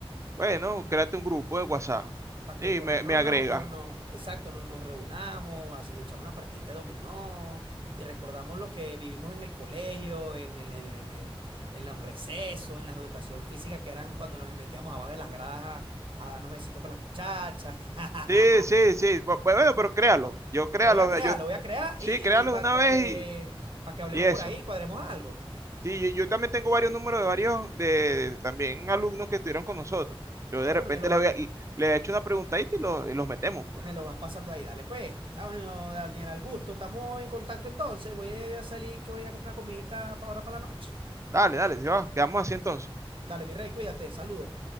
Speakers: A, on the right (about 30°); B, on the right (about 60°).
A: Bueno, créate un grupo de WhatsApp
B: para que
A: y
B: por
A: me,
B: lo menos
A: me agrega.
B: no, no, no, exacto, no, nos reunamos, así echamos una partidita de dominó y recordamos lo que vivimos en el colegio, en, el- en, en, en- en los recesos, en la educación física, que eran cuando nos metíamos abajo de las gradas a, a darnos besitos con las muchachas. <laughs>
A: Sí, sí, sí. bu- Bueno, pero créalo. Yo créalo.
B: Lo voy a crear,
A: Yo,
B: lo voy a crear
A: sí,
B: y,
A: créalo
B: para
A: de una vez
B: que,
A: y,
B: para que hablemos
A: y eso.
B: por ahí y cuadremos algo.
A: Sí, yo, yo también tengo varios números de varios, de, de también alumnos que estuvieron con nosotros. Yo
B: Ah,
A: de repente
B: bueno, me lo
A: le,
B: va.
A: voy a- le he hecho una preguntadita y, lo- y los metemos, pues.
B: Me lo vas pasando ahí, dale pues. Ah, bueno, Daniel, al gusto. Estamos en contacto entonces. Voy a salir que voy a comprar comidita para ahora para la noche.
A: Dale, dale, se va, quedamos así entonces.
B: Dale, mi rey, cuídate, saludos.